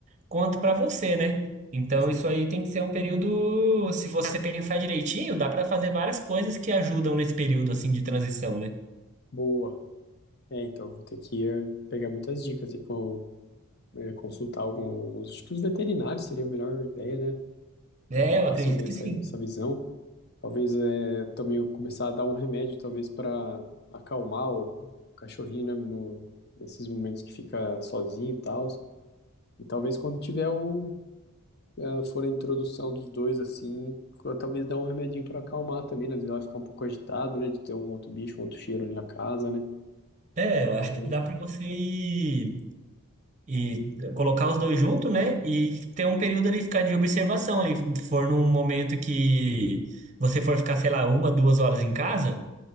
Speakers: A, on the right; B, on the left.
A: quanto para você, né? Então,
B: Exato.
A: isso aí tem que ser um período, se você pensar direitinho, dá para fazer várias coisas que ajudam nesse período assim de transição, né?
B: Boa. É, então vou ter que eh, pegar muitas dicas e co- eh, consultar alguns. Acho que os veterinários seria a melhor ideia, né?
A: É,
B: Eles já passam
A: eu acredito
B: bem
A: que
B: essa,
A: sim.
B: essa visão. Talvez eh, também eu começar a dar um remédio, talvez para acalmar o, o cachorrinho, né? No, nesses momentos que fica sozinho e tal. E talvez quando tiver o, ah, for a introdução dos dois, assim, co- talvez dá um remedinho para acalmar também, né? Às vezes ela vai ficar um pouco agitado, né? De ter um outro bicho, um outro cheiro ali na casa, né?
A: É, eu acho
B: Mas um
A: que dá para você ir, ir colocar os dois juntos, né? E ter um período ali ficar de observação ali, se for num momento que você for ficar, sei lá, uma, duas horas em casa,